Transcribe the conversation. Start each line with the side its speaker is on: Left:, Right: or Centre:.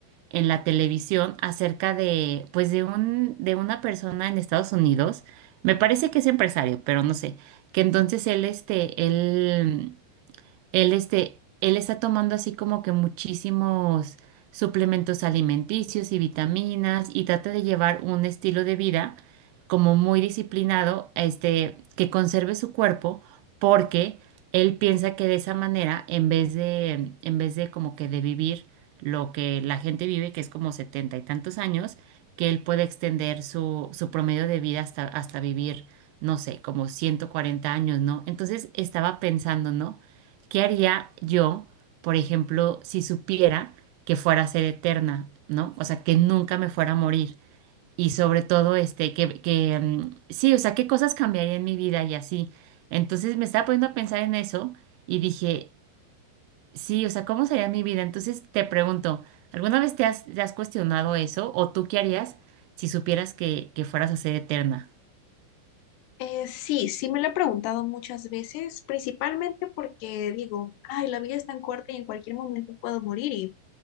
Right: en la televisión acerca de, pues de un, de una persona en Estados Unidos, me parece que es empresario, pero no sé, que entonces él, este, él Él, este, él está tomando así como que muchísimos suplementos alimenticios y vitaminas y trata de llevar un estilo de vida como muy disciplinado, este, que conserve su cuerpo porque él piensa que de esa manera, en vez de, en vez de como que de vivir lo que la gente vive, que es como setenta y tantos años, que él puede extender su, su promedio de vida hasta, hasta vivir, no sé, como 140 años, ¿no? Entonces estaba pensando, ¿no? ¿Qué haría yo, por ejemplo, si supiera que fuera a ser eterna, ¿no? O sea, que nunca me fuera a morir. Y sobre todo, este, que, que, mm, sí, o sea, qué cosas cambiaría en mi vida y así. Entonces me estaba poniendo a pensar en eso y dije, sí, o sea, ¿cómo sería mi vida? Entonces te pregunto, ¿alguna vez te has, te has cuestionado eso? ¿O tú qué harías si supieras que, que fueras a ser eterna?
Left: Eh, sí, sí me lo he preguntado muchas veces, principalmente porque digo, ay, la vida es tan corta y en cualquier momento puedo morir y